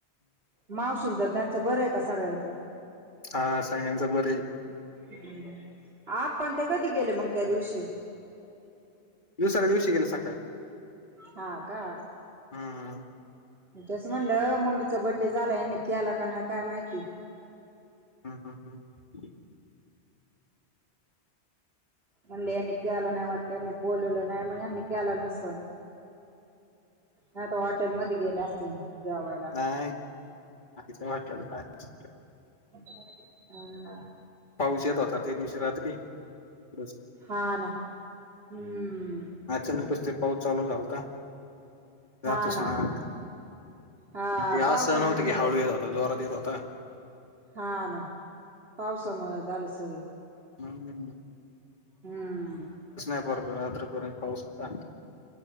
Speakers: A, on the right; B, on the left.
A: मावशीच त्यांच बरं आहे का सगळ्यांचं
B: हा सगळ्यांचा बरे हाय
A: ह आप्पा आणि ते कधी गेले मग त्या दिवशी
B: दुसऱ्या दिवशी गेले सकाळी
A: हा का
B: हम्म हम्म
A: तेच म्हणलं मम्मीचा बड्डे झाला <inaudible> केलं का नाही काय माहिती
B: हम हम हम
A: म्हणले यांनी केला नाही वाटत यांनी बोलवलं नाही मग यांनी केला नसल. ह आता हॉटेलमध्येध्ये गेले असतील म जवायला
B: <unintelligible>
A: <inaudible>
B: पाऊस येत होता त्या दिवशी रात्री <inaudible>
A: हा ना हम्म
B: अचानकच ते पाऊस चालू झालता जातच
A: हा ना
B: नाय
A: हा
B: ते
A: पावसाने
B: असं नव्हतं
A: सगळं
B: की हळू येत होता जोरात येत होता.
A: हा ना पावसामुळे झाले सगळं
B: <inaudible> नाही
A: हम्म
B: <inaudible> रात्रपर्यंत पाऊस होता